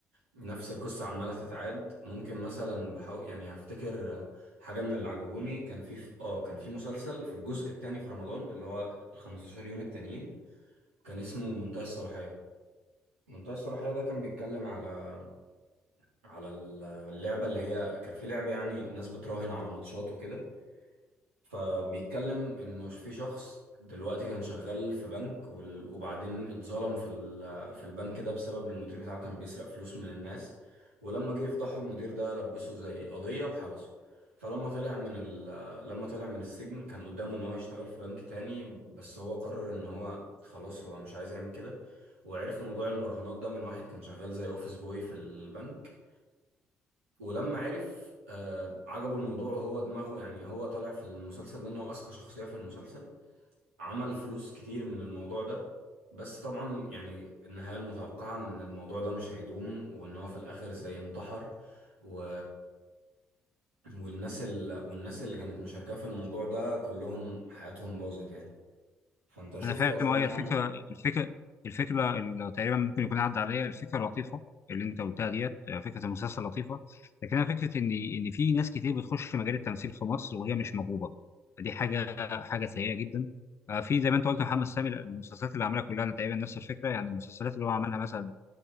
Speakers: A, on the right; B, on the left.
A: نفس القصة عمالة تتعاد ممكن مثلا بحاول يعني هفتكر حاجة من اللي عجبوني كان في اه كان في مسلسل في الجزء التاني في رمضان اللي هو ال 15 يوم التانيين كان اسمه منتهى الصلاحية منتهى الصلاحية ده كان بيتكلم على على اللعبة اللي هي كان في لعبة يعني الناس بتراهن على ماتشات وكده فبيتكلم انه في شخص دلوقتي كان شغال في بنك وال- وبعدين اتظلم في ال- في البنك ده بسبب المدير بتاعه كان بيسرق فلوس من الناس ولما جه يفضحه المدير ده لبسه زي قضية وحبسه فلما طلع من ال... لما طلع من السجن كان قدامه ان هو يشتغل في بنك تاني بس هو قرر ان هو خلاص هو مش عايز يعمل كده وعرف موضوع المراهنات ده من واحد كان شغال زي اوفيس بوي في البنك ولما عرف آه، عجبه الموضوع وهو دماغه يعني هو طالع في المسلسل ده ان هو اذكى شخصية في المسلسل عمل فلوس كتير من الموضوع ده بس طبعا يعني النهاية المتوقعة ان الموضوع ده مش هيدوم وان هو في الاخر زي انتحر و والناس ال... والناس اللي كانت مشاركة في الموضوع ده كلهم حياتهم باظت يعني فانت شفت
B: انا فاهم
A: او سمعت
B: اه هي الفكره
A: عنه؟
B: الفكره الفكره اللي تقريبا ممكن يكون عدى عليا الفكره لطيفه اللي انت قلتها ديت فكره المسلسل لطيفه لكن انا فكره ان ان في ناس كتير بتخش مجال التمثيل في مصر وهي مش موهوبه فدي حاجه حاجه سيئه جدا آه، في زي ما انت قلت محمد سامي المسلسلات اللي عملها كلها انا تقريبا نفس الفكره يعني المسلسلات اللي هو عملها مثلا